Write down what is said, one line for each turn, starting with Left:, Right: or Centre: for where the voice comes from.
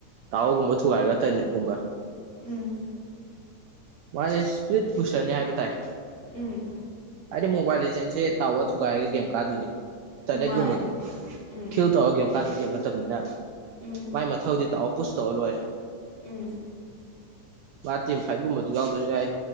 Right: ꯇꯥꯑꯣꯒꯨꯝꯕ ꯊꯨꯒꯥꯏꯔꯒ ꯇ꯭ꯔꯅꯤꯠꯀꯨꯝꯕ
Left: ꯎꯝ
Right: ꯃꯥꯁ ꯏꯁꯄ꯭ꯔꯤꯠ ꯄꯨꯁꯅꯤ ꯍꯥꯏꯕ ꯇꯥꯏ
Left: ꯎꯝ
Right: ꯑꯩꯅ ꯃꯣꯕꯥꯏꯜ ꯑꯦꯖꯦꯟꯁꯦ ꯇꯥꯎꯔ ꯊꯨꯒꯥꯏꯔꯒ ꯒꯦꯝ ꯀꯥꯗꯣꯏꯅꯤ ꯏꯟꯇꯔꯅꯦꯠꯒꯨꯝꯕꯗꯣ
Left: ꯎꯝ ꯃꯥꯅꯦ ꯎꯝ
Right: ꯈꯤꯜ ꯇꯧꯔꯒ ꯒꯦꯝ ꯀꯥꯗ ꯒꯦꯝ ꯅꯠꯇꯕꯅꯤꯅ
Left: ꯎꯝ
Right: ꯃꯥꯏ ꯃꯊꯧꯗꯤ ꯇꯥꯛꯑꯣ ꯄꯨꯁ ꯇꯧꯑ ꯂꯣꯏꯔꯦ
Left: ꯎꯝ
Right: ꯃꯥ ꯇꯤ ꯐꯥꯏꯠꯒꯨꯝꯕꯗꯨ ꯌꯥꯎꯗ꯭ꯔꯁꯨ ꯌꯥꯏ